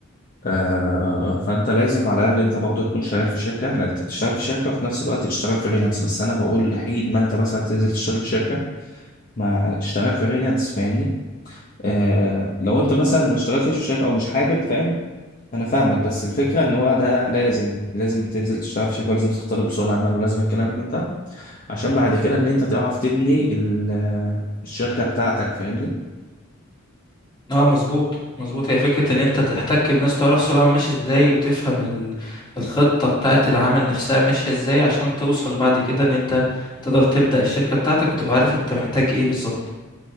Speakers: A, on the left; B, on the left.
A: آه فانت لازم على الاقل انت برضه تكون شغال في شركة لان انت بتشتغل في شركة وفي نفس الوقت تشتغل فريلانس بس انا بقول حين ما انت مثلا تنزل تشتغل في شركة ما تشتغل فريلانس فاهمني آه لو انت مثلا ما اشتغلتش في شركة او مش حابب فاهم انا فاهمك بس الفكره ان هو ده لازم لازم تنزل تشتغل في شركه ولازم تختلط بسوق العمل ولازم الكلام من ده عشان بعد كده ان انت تعرف تبني ال- الشركه بتاعتك فاهمني
B: اه مظبوط مظبوط هي فكرة ان انت تحتك بناس تعرف سوق العمل ماشي ازاي وتفهم ال- الخطة بتاعة العمل نفسها ماشية ازاي عشان توصل بعد كده ان انت تقدر تبدأ الشركة بتاعتك وتبقى عارف انت محتاج ايه بالظبط